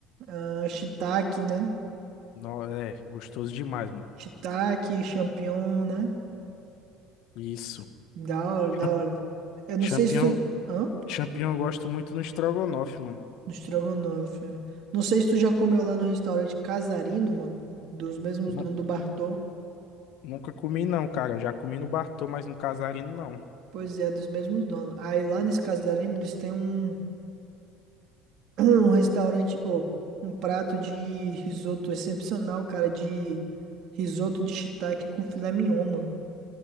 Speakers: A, on the right (about 60°); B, on the left (about 65°).
A: Ah, shiitake, né?
B: Não, é, gostoso demais, mano.
A: Shiitake, champignon, né?
B: Isso.
A: Da hora,
B: Cham-
A: da hora. Eu não
B: Champignon,
A: sei se tu... Hã?
B: champignon eu gosto muito no estrogonofe, mano.
A: No estrogonofe. é. Não sei se tu já comeu lá no restaurante Casarino, mano. Dos mesmos
B: Nu-
A: donos do Bartô.
B: Nunca comi, não, cara. Eu já comi no Bartô, mas no Casarino, não.
A: Pois é, dos mesmos donos. Aí lá nesse Casarino, eles têm um... <clears throat> um restaurante, ou um prato de risoto excepcional, cara, de risoto de shiitake com filé mignon, mano.